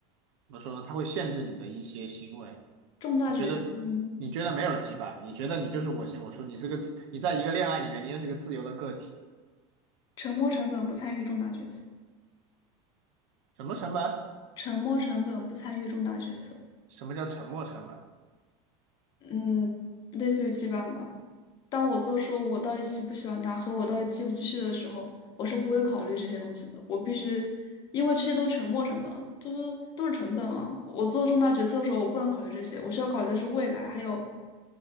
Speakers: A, on the right (about 75°); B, on the left (about 30°).
A: 怎么说呢？它会限制你的一些行为。
B: 重大决定，
A: 你觉得你觉得没有羁绊，你觉得你就是我行我素，你是个自你在一个恋爱里面，你也是个自由的个体。
B: 沉没成本不参与重大决策，
A: 什么成本？
B: 沉没成本不参与重大决策，
A: 什么叫沉没成本？
B: 嗯，类似于羁绊吧。当我做出我到底喜不喜欢他和我到底继不继续的时候，我是不会考虑这些东西的。我必须，因为这些都是沉没成本啊，就是都是成本啊。我做重大决策的时候，我不能考虑这些，我需要考虑的是未来，还有